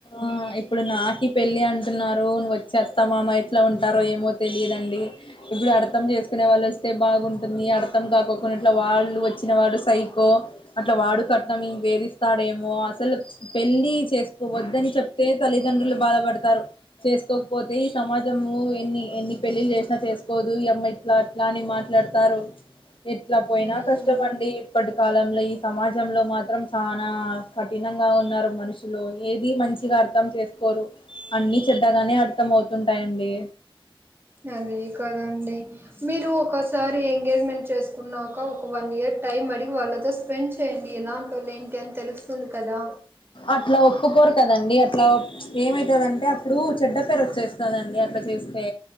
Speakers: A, on the left (about 65°); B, on the right (about 25°).
A: ఆ ఇప్పుడు నాకి పెళ్ళి అంటున్నారు ను వచ్చి అత్తమామ ఎట్లా ఉంటారో ఏమో తెలియదండి ఇప్పుడు అర్థం చేసుకునే వాళ్ళు వస్తే బాగుంటుంది అర్థం కాకికుండా కొన్నిట్లా వాళ్ళు వచ్చిన వాళ్ళు సైకో అట్లా వాడు కట్నం వేధిస్తాడేమో అసలు పెళ్ళి చేసుకోవద్దని చెప్తే తల్లిదండ్రులు బాధపడతారు చేసుకోకపోతే ఈ సమాజము ఎన్ని ఎన్ని పెళ్ళిళ్ళలు చేసినా చేసుకోదు ఈ అమ్మాయి ఇట్లా అలాని మాట్లాడతారు ఎట్లా పోయినా
B: ఉమ్
A: కష్టమండి ఇప్పటి కాలంలో ఈ సమాజంలో మాత్రం చనా కఠినంగా ఉన్నారు మనుషు లో ఏది మంచిగా అర్థం చేసుకోరు అన్ని చెడ్డగానే అర్థం అవుతుంటాయండి
B: అదే కదండి మీరు ఒకసారి ఎంగేజ్మెంట్ చేసుకున్నాక ఒక వన్ ఇయర్ టైమ్ అడిగి వాళ్ళతో స్పెండ్ చేయండి ఎలాంటోళ్ళు ఏంటి అని తెలుస్తుంది కదా
A: అట్లా ఒప్పుకోరు కదండి అట్లా ఏమైతదంటే అప్పుడు చెడ్డ పేరు వచ్చేస్తదండి అట్లా చేస్తే